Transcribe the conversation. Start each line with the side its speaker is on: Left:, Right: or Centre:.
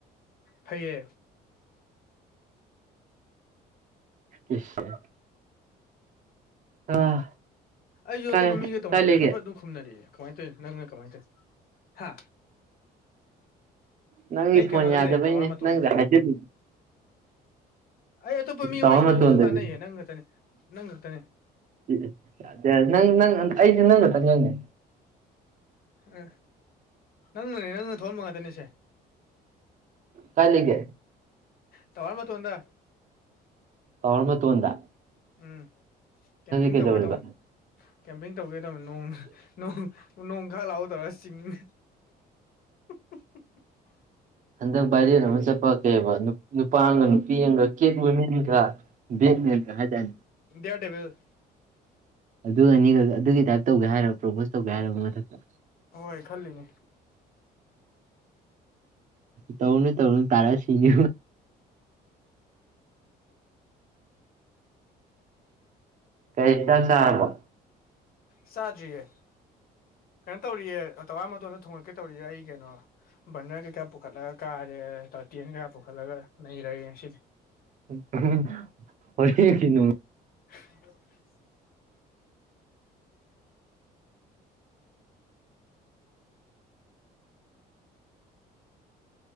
Left: ꯐꯩꯌꯦ
Right: <unintelligible> ꯑꯥ
Left: ꯑꯩꯁꯨ
Right: ꯀꯥꯏ
Left: ꯑꯇꯣꯞꯄ ꯃꯤꯒ ꯇꯧꯅꯕꯗꯤ
Right: ꯀꯥꯏ ꯂꯩꯒꯦ
Left: ꯐꯠ ꯐꯠ ꯑꯗꯨꯝ ꯈꯨꯝꯅꯔꯛꯑꯦ ꯀꯃꯥꯏꯟ ꯇꯧꯋꯤꯅ‌ꯣ ꯅꯪꯅ ꯀꯃꯥꯏꯅ ꯇꯧꯋꯤꯅ‌ꯣ ꯍꯥ
Right: ꯅꯪꯒꯤ
Left: ꯑꯩ
Right: ꯐꯣꯟ
Left: ꯀꯩꯅꯣꯗ
Right: ꯌꯥꯗꯕꯩꯅꯦ
Left: ꯂꯩꯌꯦ ꯇꯋꯥꯔ ꯃꯇꯣꯟꯗ
Right: ꯅꯪꯗ ꯍꯥꯏꯖꯤꯜ
Left: ꯑꯩ ꯑꯇꯣꯞꯄ ꯃꯤ
Right: ꯇꯥꯋꯔ
Left: ꯋꯥꯔꯤ ꯁꯥꯟꯅꯕꯁꯨꯁꯨ
Right: ꯃꯇꯣꯟꯗꯗꯤ
Left: ꯇꯥꯟꯅꯩꯌꯦ ꯅꯪ ꯈꯛꯇꯅꯦ ꯅꯪ ꯈꯛꯇ
Right: <unintelligible> ꯅꯪ ꯅꯪ ꯑꯩꯗꯤ ꯅꯪ ꯈꯛꯇꯅꯦ
Left: ꯑ ꯅꯪꯅꯅꯦ ꯅꯪꯅ ꯊꯣꯛꯍꯟꯕ ꯉꯥꯛꯇꯅꯦꯁꯦ
Right: ꯀꯥꯏ ꯂꯩꯒꯦ
Left: ꯇꯋꯥꯔ ꯃꯇ‌ꯣꯟꯗ
Right: ꯇꯋꯥꯔ ꯃꯇ‌ꯣꯟꯗ
Left: ꯎꯝ ꯀꯦꯝꯄꯤꯡ
Right: ꯀꯩꯗꯧꯔꯤꯕ
Left: ꯇꯧꯒꯦ ꯇꯧꯟ ꯀꯦꯝꯄꯤꯡ ꯇꯧꯒꯦ ꯇꯧꯅ‌ꯦ ꯅꯣꯡꯅ ꯅ‌ꯣꯡ ꯅ‌ꯣꯡ ꯈꯔ ꯂꯥꯛꯍꯧ <unintelligible> ꯒ ꯆꯤꯡꯒ‌ꯦ <unintelligible>
Right: ꯍꯟꯗꯛ ꯚꯥꯏꯔꯦꯟ ꯑꯃ ꯆꯠꯄ ꯀꯩꯕꯥ ꯅꯨ ꯅꯨꯄꯥ ꯑꯝꯒ ꯅꯨꯄꯤ ꯑꯝꯒ ꯀꯦꯠ ꯋꯨꯃꯤꯟ ꯀ ꯕ‌ꯦꯠꯃ‌ꯦꯟꯒ ꯍꯥꯏꯗꯥꯏꯟ
Left: <unintelligible>
Right: ꯑꯗꯨ ꯑꯅꯤꯒ ꯑꯗꯨꯒꯤ ꯇꯥꯏꯞ ꯇꯧꯒꯦ ꯍꯥꯏꯔꯕ ꯄ꯭ꯔꯣꯄꯣꯁ ꯇꯧꯒꯦ ꯍꯥꯏꯔꯕ ꯃꯊꯛꯇ
Left: ꯍꯣꯏ ꯈꯜꯂꯤꯅꯦ
Right: ꯇꯧꯅꯨ ꯇꯧꯅꯨ ꯇꯥꯔ ꯁꯤꯅꯤ ꯀꯩ ꯏꯟꯁꯥꯡ ꯆꯥꯔꯕ‌ꯣ
Left: ꯆꯥꯗ꯭ꯔꯤꯌꯦ ꯀꯩꯅꯣ ꯇꯧꯔꯤꯌꯦ ꯇꯋꯥꯔ ꯃꯇꯣꯟꯗ ꯊꯣꯡꯉꯛꯀꯦ ꯇꯧꯔꯤꯌꯦ ꯑꯩ ꯀꯩꯅꯣ ꯕꯔꯅꯔ ꯀꯩꯀꯥ ꯄꯨꯈꯠꯂꯒ ꯀꯥꯔꯦ ꯇꯔꯇꯦꯟꯒ ꯄꯨꯈꯠꯂꯒ ꯅꯩꯔꯒꯦ ꯉꯁꯤꯗꯤ
Right: <unintelligible>
Left: <unintelligible>